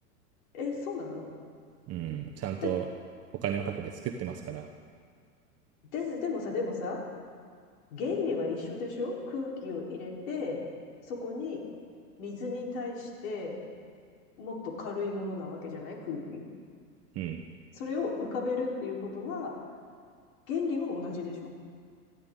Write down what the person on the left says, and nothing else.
え、そうなの
だ、で、でもさ、でもさ、原理は一緒でしょ空気を入れて、そこに水に対してもっと軽いものなわけじゃない空気。
それを浮かべるっていうことは、原理は同じでしょ